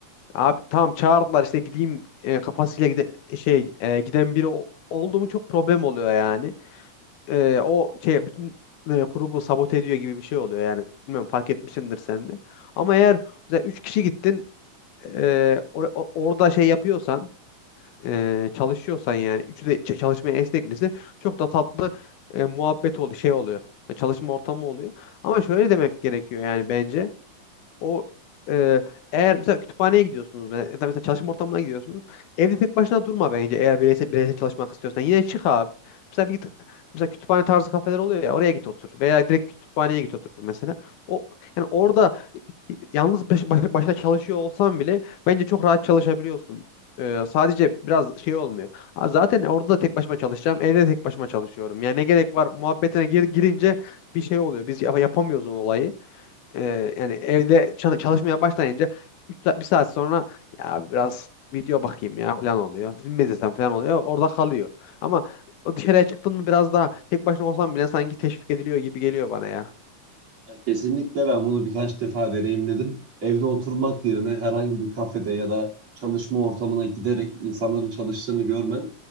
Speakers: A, on the left; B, on the right.
A: abi tamam çağırdılar işte gideyim e, kafasıyla gide şey e, giden biri o- oldu mu çok problem oluyor yani e, o şey bütün e, grubu sabote ediyor gibi bir şey oluyor. Yani bilmiyorum fark etmişsindir sen de. Ama eğer mesela 3 kişi gittin e, or- o- orada şey yapıyorsan e, çalışıyorsan yani üçü de ç- çalışmaya esneklisi çok da tatlı e, muhabbet ol şey oluyor. Çalışma ortamı oluyor. Ama şöyle demek gerekiyor yani bence. O e, eğer mesela kütüphaneye gidiyorsunuz me- ya da mesela çalışma ortamına gidiyorsunuz. Evde tek başına durma bence eğer bireysel bireysel çalışmak istiyorsan. Yine çık abi. Mesela bir git- mesela kütüphane tarzı kafeler oluyor ya oraya git otur veya direkt kütüphaneye git otur mesela. O yani orada yalnız baş, baş- başına çalışıyor olsan bile bence çok rahat çalışabiliyorsun. E, sadece biraz şey olmuyor. Ha, Zaten orada da tek başıma çalışacağım. Evde de tek başıma çalışıyorum. Yani ne gerek var muhabbetine gir, girince bir şey oluyor. Biz yap- yapamıyoruz o olayı e, yani evde çal- çalışmaya başlayınca 3 saat, 1 saat sonra ya biraz video bakayım ya falan oluyor. Film mi izlesem falan oluyor. Orada kalıyor. Ama o dışarıya çıktın mı biraz daha tek başına olsam bile sanki teşvik ediliyor gibi geliyor bana ya.
B: Ya kesinlikle ben bunu birkaç defa deneyimledim. Evde oturmak yerine herhangi bir kafede ya da çalışma ortamına giderek insanların çalıştığını görmen